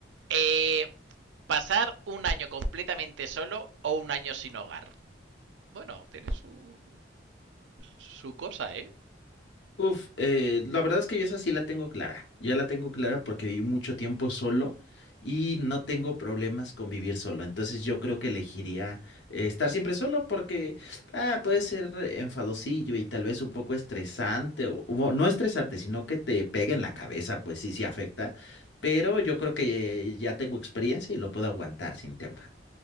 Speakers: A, on the right; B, on the left.
A: Eh, ¿pasar un año completamente solo o un año sin hogar? Bueno, tiene su, su cosa, ¿eh?
B: Uf, eh, la verdad es que yo esa sí la tengo clara. Ya la tengo clara porque viví mucho tiempo solo y no tengo problemas con vivir solo. Entonces yo creo que elegiría eh, estar siempre solo porque ah, puede ser enfadosillo y tal vez un poco estresante o o no estresante, sino que te pegue en la cabeza, pues sí, sí afecta. Pero yo creo que ya tengo experiencia y lo puedo aguantar sin tema.